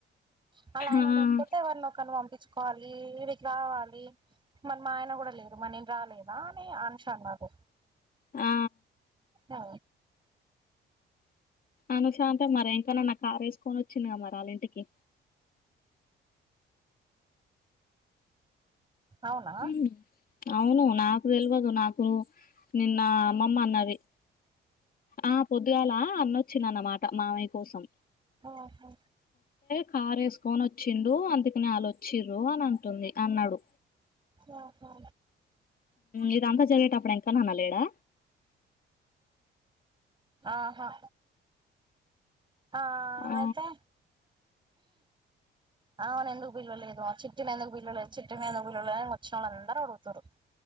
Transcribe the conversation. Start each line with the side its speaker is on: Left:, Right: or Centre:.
Right: వాళ్ళయన
Left: ఆ
Right: లేకపోతే ఎవర్నో ఒకరిని పంపించు కోవాలి ఈడికి రావాలి మన్నాయన కూడా లేరు మరి నేను రాలేదా అనీ అనూష అన్నది
Left: ఆ
Right: ఆ
Left: అనూష అంటే మరి ఇంకా <unintelligible> కార్ వేసుకొని వచ్చిందిగా మరి వాళ్ళ ఇంటికి
Right: అవునా
Left: మ్మ్ అవును నాకు తెల్వదు నాకు నిన్న అమ్మమ్మ అన్నది ఆ పొద్దుగాల అన్నొచ్చినన్నమాట మామయ్య కోసం
Right: ఓహో
Left: కార్ వేసుకొని వచ్చిండు అందుకనే వాళ్ళ వచ్చిర్రు అని అంటుంది అన్నాడు
Right: ఆహా
Left: ఇదంతా జరిగేటప్పుడు ఎంకన్నన్న లేడా
Right: ఆహా ఆ
Left: ఆ
Right: అయితే ఆవనేందుకు బిల్వలేదు ఆ చిట్టీనెందుకు బిల్వలేదు చిట్టీనెందుకు బిల్వలేదు వచ్చినోళ్లందరు అడుగుతురు